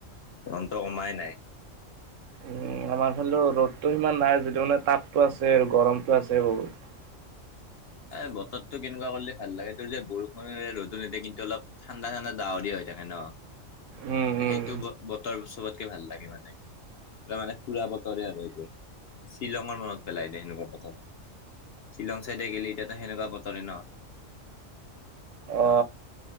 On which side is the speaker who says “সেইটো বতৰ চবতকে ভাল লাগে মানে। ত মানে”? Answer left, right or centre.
Left